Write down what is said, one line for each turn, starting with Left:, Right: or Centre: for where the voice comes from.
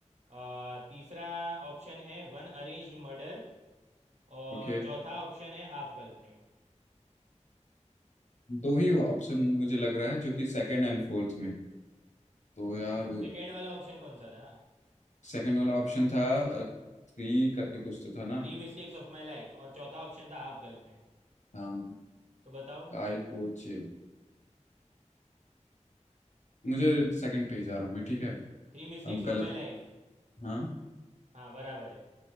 Right: तीसरा ऑप्शन है वन अरेंज्ड मर्डर और
Left: ओके
Right: चौथा ऑप्शन है हाफ गर्लफ्रेंड
Left: दो ही ऑप्शन मुझे लग रहा है जो कि सेकंड एंड फोर्थ में तो यार
Right: सेकेंड वाला ऑप्शन कौन सा था
Left: सेकंड वाला ऑप्शन था थ्री करके कुछ तो था ना
Right: Three mistakes of my life और चौथा ऑप्शन था हाफ गर्लफ्रेंड
Left: हाँ
Right: तो बताओ
Left: कायपोचे मुझे सेकंड पे ही जा रहा हूँ मैं ठीक है
Right: Three mistakes
Left: अब
Right: of
Left: गलत
Right: my life
Left: हाँ
Right: हाँ बराबर है